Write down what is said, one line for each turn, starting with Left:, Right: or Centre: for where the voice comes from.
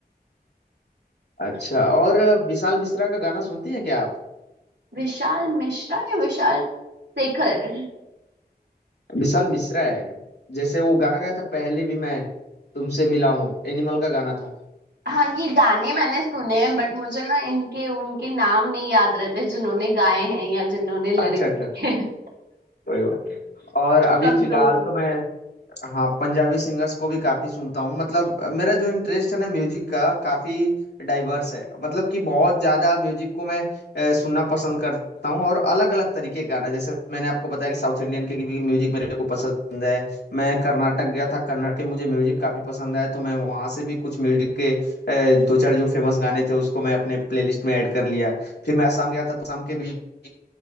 Left: अच्छा और विशाल मिश्रा का गाना सुनती हैं क्या आप
Right: विशाल मिश्रा या विशाल शेखर
Left: विशाल मिश्रा है जैसे वो गाना गाया था पहले भी मैं तुमसे मिला हूँ एनिमल का गाना था
Right: हाँ ये गाने मैंने सुने हैं बट मुझे ना इनके उनके नाम नहीं याद रहते जिन्होंने गाए हैं या जिन्होंने लिरिक्स
Left: अच्छा अच्छा
Right: लिखे हैं
Left: कोई बात और अभी
Right: कमजोर
Left: फिलहाल
Right: हूँ
Left: तो मैं हाँ पंजाबी सिंगर्स को भी काफी सुनता हूँ मतलब मेरा जो इंटरेस्ट है ना म्यूजिक का काफी डाइवर्स है मतलब कि बहुत ज्यादा म्यूजिक को मैं अ, सुनना पसंद करता हूँ और अलग अलग तरीके के गाना जैसे मैंने आपको बताया कि साउथ इंडियन के भी म्यूजिक मेरे को पसंद है मैं कर्नाटक गया था कर्नाटक के मुझे म्यूजिक काफी पसंद है तो मैं वहाँ से भी कुछ म्यूजिक के अ, दो चार जो फेमस गाने थे उसको मैं अपने प्लेलिस्ट में ऐड कर लिया फिर मैं असम गया था तो असम के भी अ,